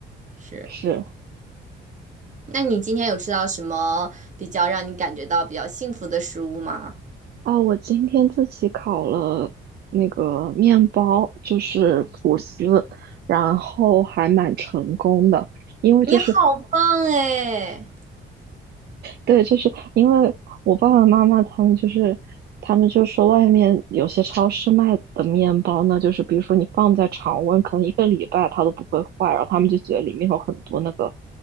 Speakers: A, on the right; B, on the right.
A: 是，
B: 是
A: 那你今天有吃到什么比较让你感觉到比较幸福的食物吗？
B: 哦，我今天自己烤了那个面包，就是吐司，然后还蛮成功的，因为就是
A: 你好棒哎！
B: 对，就是因为我爸爸妈妈他们就是，他们就说外面有些超市卖的面包呢，就是比如说你放在常温，可能一个礼拜它都不会坏，然后他们就觉得里面有很多那个